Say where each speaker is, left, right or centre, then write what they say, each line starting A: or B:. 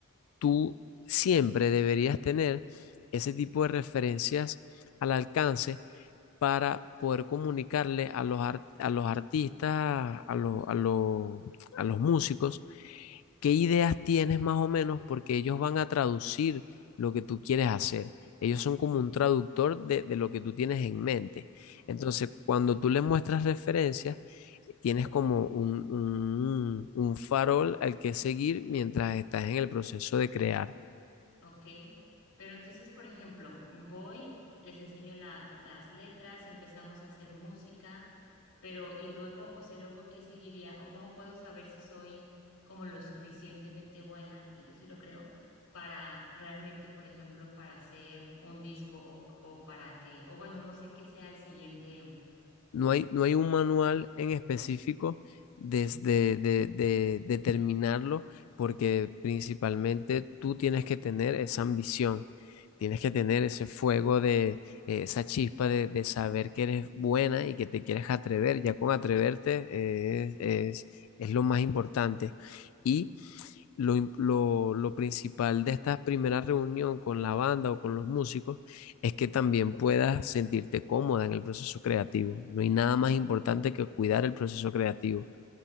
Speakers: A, on the left (about 70°); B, on the left (about 90°).
A: Tú siempre deberías tener ese tipo de referencias al alcance para poder comunicarle a los, ar- a los artistas, a los, a los, a los músicos, ¿qué ideas tienes más o menos? Porque ellos van a traducir lo que tú quieres hacer. Ellos son
B: Mm,
A: como un traductor de, de lo que tú tienes en mente.
B: Ok.
A: Entonces, cuando tú les muestras referencias, tienes como un, un un farol al que seguir mientras estás en el proceso de crear.
B: Ok, pero entonces, por ejemplo, voy, les enseño la- las letras, empezamos a hacer música, pero y luego, o sea, luego, ¿qué seguiría? ¿O cómo puedo saber si soy como lo suficientemente buena, que yo sí lo creo, para realmente, por ejemplo, para hacer un disco o, o para que, o bueno, no sé qué sea el siguiente.
A: No hay, no hay un manual en específico desde de, de- determinarlo, porque principalmente tú tienes que tener esa ambición, tienes que tener ese fuego de eh, esa chispa de, de saber que eres buena y que te quieres atrever. Ya con atreverte eh, es, es lo más importante. Y lo, im- lo, lo principal de esta primera reunión con la banda o con los músicos es que también puedas sentirte cómoda en el proceso creativo. No hay nada más importante que cuidar el proceso creativo.